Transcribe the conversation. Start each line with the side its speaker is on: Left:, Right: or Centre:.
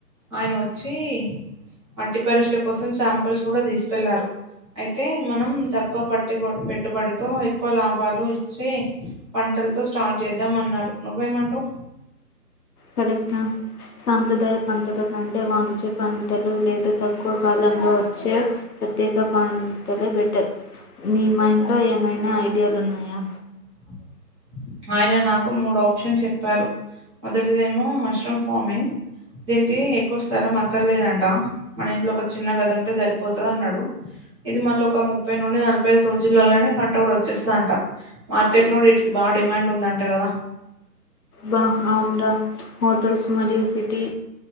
Right: ఆయన ఒచ్చి మట్టి పరీక్ష కోసం శాంపిల్స్ కూడ తీసుకెళ్లారు ఐ తే మనం తక్కువ పట్టుబ పెట్టుబడితో ఎక్కువ లాభాలు ఇచ్చే పంటలతో స్టార్ట్ చేద్దామన్నారు నువ్వేమంటవు
Left: కరెక్టే సాంప్రదాయ పంటల కంటే వాణిజ్య పంటలు లేదా తక్కువ కాల లో వచ్చే ప్రత్యేక <unintelligible> బెటర్ మైండ్ లో ఏమైనా ఐడియా లున్నాయా
Right: వో మ ఆయన నాకు మూడు ఆప్షన్ చెప్పారు మొదటిదేమో మష్రూమ్ ఫార్మింగ్ దీనికి ఎక్కుస్త్ స్థలం అక్కర్లేదంట మన ఇంట్లో ఒక చిన్న గది ఉంటే సరిపోతది అన్నాడు. ఇది మళ్ళీ ఒక ముప్పై నుండి నలభై ఐదు రోజులలోనే పంట కూడా వచ్చేస్తదట మార్కెట్ లోండ్ ఇటికి బాగా డిమాండ్ ఉందంటా కదా
Left: బా అవన్రా హోటల్స్ మరియు సిటీ